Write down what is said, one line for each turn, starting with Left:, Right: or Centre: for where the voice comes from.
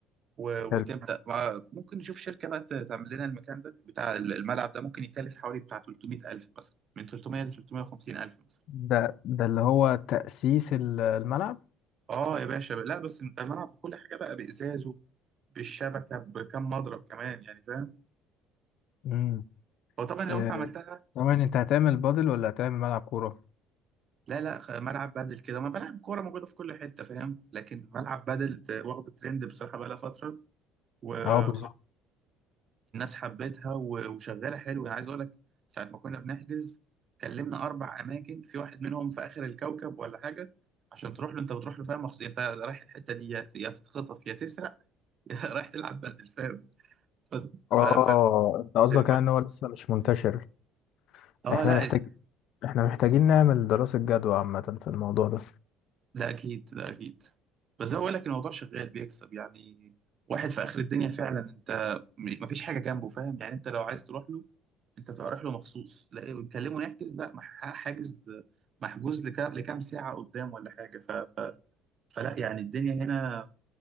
Right: و- وتبدا
Left: حلو.
Right: مع- ممكن نشوف شركه بقى ت- تعمل لنا المكان ده بتاع الملعب ده ممكن يكلف حوالي بتاع 300000 مثلا من 300 ل 350000 مثلا
Left: ده ده اللي هو تأسيس ال- الملعب
Right: اه يا باشا لا بس انت الملعب بكل حاجه بقى بازازه بالشبكه بكم مضرب كمان يعني فاهم
Left: مم.
Right: هو طبعا لو
Left: آه،
Right: انت عملتها
Left: ثواني انت هتعمل بادل ولا هتعمل ملعب كورة؟
Right: لا لا خ- ملعب بدل كده ما ملعب كوره موجوده في كل حته فاهم لكن ملعب بدل ت- واخد ترند بصراحه بقى لها فتره والناس
Left: اه بالظبط
Right: حبتها و- وشغاله حلو انا عايز اقول لك ساعه ما كنا بنحجز كلمنا اربع اماكن في واحد منهم في اخر الكوكب ولا حاجه عشان تروح له انت بتروح له فاهم مخصوص انت رايح الحته دي يا ت- يا تتخطف يا تسرق <laughs> يا رايح تلعب بدل فاهم ف...
Left: اه
Right: ف...
Left: انت قصدك
Right: ف...
Left: يعني ان هو لسه مش منتشر
Right: اه
Left: احنا
Right: لا
Left: محتاج احنا محتاجين نعمل دراسة جدوى عامة في الموضوع ده
Right: لا اكيد لا اكيد بس زي ما بقول لك الموضوع شغال بيكسب يعني واحد في اخر الدنيا فعلا انت م- مفيش حاجه جنبه فاهم يعني انت لو عايز تروح له انت تبقى رايح له مخصوص لا بتكلمه نحجز لا مح- حاجز محجوز لكام لكام ساعه قدام ولا حاجه ف... ف... فلا يعني الدنيا هنا